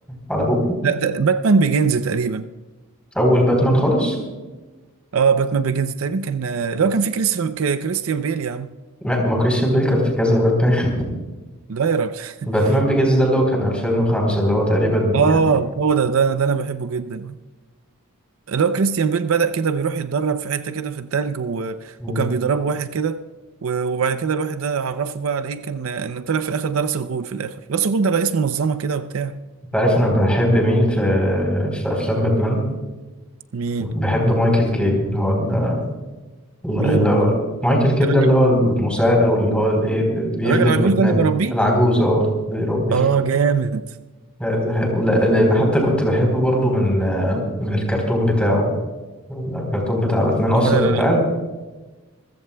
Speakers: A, in the centre; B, on the right.
A: على بقه
B: لا ده باتمان بيجينز تقريبا
A: اول باتمان خالص
B: اه باتمان بيجينز تقريبا كان آه، اللي هو كان فيه كريستيان كريستيان بيل يا عم
A: ما ما كريستيان بيل كان في كذا باتمان
B: ده يا راجل
A: <laughs>
B: <laughs>
A: باتمان بيجز ده اللي هو كان 2005 اللي هو تقريبا
B: اه
A: يعني
B: هو ده ده ده انا بحبه جدا اللي هو كريستيان بيل بدأ كده بيروح يتدرب في حتة كده في التلج و...
A: مم.
B: وكان بيدربه واحد كده و... وبعد كده الواحد ده عرفه بقى على ايه كان ان طلع في الاخر ده راس الغول في الاخر راس الغول ده رئيس منظمة كده وبتاع
A: انت عارف انا بحب مين في في افلام باتمان
B: مين
A: بحب مايكل كين اللي هو ال- اللي
B: مين
A: هو مايكل كين
B: الراجل
A: ده اللي هو المساعد او اللي هو الايه اللي بيخدم
B: الراجل العجوز
A: باتمان
B: ده اللي بيربيه
A: العجوز اه بيربي
B: اه جامد
A: عايز احبه لا لان حتى كنت بحبه برضو من آه، من الكرتون بتاعه الكرتون بتاع باتمان اصلا
B: اه لا لا
A: انت
B: لا
A: عارف